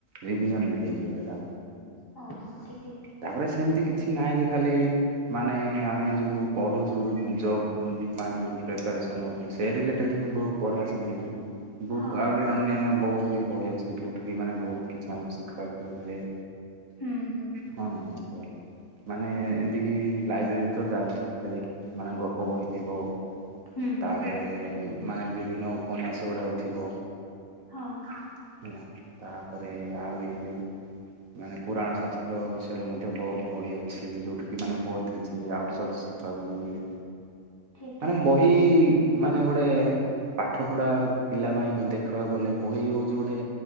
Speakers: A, on the right; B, on the left.
A: ରିଭିଜନ ବି ହେଇଯିବ ସେଡ଼ା
B: ହଁ ହଁ ଠିକ ଠିକ
A: ତାପରେ ସେମିତି କିଛି ନାହିଁ ଯେ ଖାଲି ମାନେ ଆମେ ଯୋଉ ପଢୁଛୁ ଜବ୍ ପାଇଁ ଜଉ ପ୍ରିପାରେସନ୍ ହଉଛି ସେ ରିଲେଟେଡ ହିଁ ବୁକ୍ ପଢା ସେମିତି କିଛିନାହିଁ ବୁକ୍
B: ହଁ
A: ଆହୁରି
B: ହଁ
A: ଅନ୍ୟାନ୍ୟ ବହୁତ ବି ବହି ଅଛି। ଯୋଉଠି କିି ମାନେ ବହୁତ କିଛି ଆମକୁ ଶିଖିବାକୁ ବି ମିଳେ
B: ହୁଁ ହୁଁ
A: ହଁ <unintelligible> ମାନେ
B: ହୁଁ
A: ଏମତି କିି ଲାଇବ୍ରେରୀ ତ ଯାଉଛ ସେ ଦେଖିଥିବେ ମାନେ ଗପ ବହିଥିବ।
B: ହୁଁ
A: ତାପରେ
B: ହୁଁ
A: ମାନେ ବିଭିନ୍ନ ଉପନ୍ୟାସ ଗୁଡାକ ଥିବ
B: ହଁ
A: <unintelligible> ହେଲା ତାପରେ ଆହୁରି ମାନେ ପୁରାଣ ଶାସ୍ତ୍ର ବିଷୟରେ ମଧ୍ୟ ବହୁତ ବହି ଅଛି ଯୋଉଠି କି ମାନେ ବହୁତ କିଛି ଆଉଟସର୍ସ ଶିଖିବାକୁ ବି ମିଳେ।
B: ଠିକ ଠିକ
A: ମାନେ ବହି ମାନେ ଗୋଟେ ପାଠ ପଢା ପିଲା ପାଇଁ ଦେଖିବାକୁ ଗଲେ ବହି ହଉଛି ଗୋଟେ